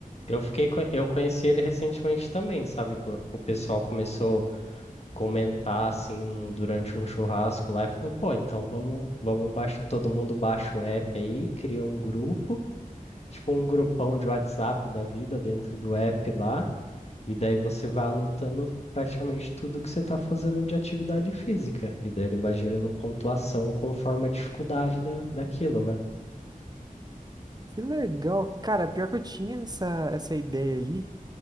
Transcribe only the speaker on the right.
Que legal. Cara, pior que eu tinha essa, essa ideia aí.